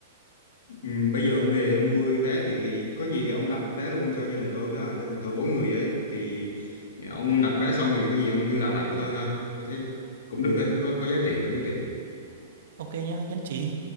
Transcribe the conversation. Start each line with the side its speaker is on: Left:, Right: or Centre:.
Left: ừ, bây giờ ông về ông mua vé thì, thì có gì thì ông đặt vé luôn cho gia đình tôi với à, gia đình tôi bốn người ấy thì ông đặt vé xong thì có gì ông liên lạc lại với tôi ha tôi thấy cũng được ấy, có có giá trị có giá trị
Right: ok nhá nhất trí